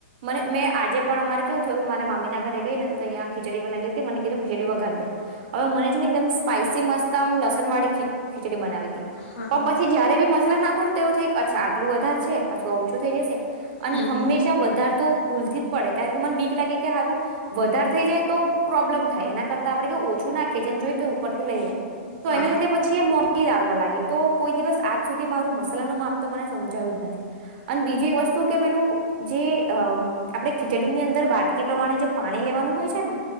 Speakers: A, on the right; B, on the left.
A: મને મેં આજે પણ અમારે કેવું થયું મારા મામીના ઘરે ગઈ ને તો તૈયા ખીચડી બનાએલી અતી મને કીધું ખીચડી વઘાર દે હવે મને છે ને એકદમ સ્પાઈસી મસ્ત આમ લસણ વાળી ખી-ખીચડી બનાવી તો
B: હા
A: પણ પછી જયારે બી મસાલા નાખ પણ તેવું થાય અછા આટલુ વધાર છે પાછું આ ઓછું થઈ જશે અને
B: હમ
A: હંમેશા
B: હમ
A: વધારે તો ભૂલથી જ પડે કાયણકે મને બીક લાગે કે હારુ વધારે થઈ જાય તો પ્રોબ્લેમ થાય એના કરતા આપણે ઓછું નાખ કે જેન જોય તો ઉપરથી લઈલે. તો
B: હા
A: એના લીધે પછી એ મો <unintelligible> લાગવા લાગી તો કોઈ દિવસ આજ સુધી મારું મસાલા નું માપ તો મને સમજાયું જ નથી અને બીજી એક વસ્તુ કે પેલું જે અ આપડે ખીચડીની અંદર વાટકી પ્રમાણે જે પાણી લેવાનું હોય છે ને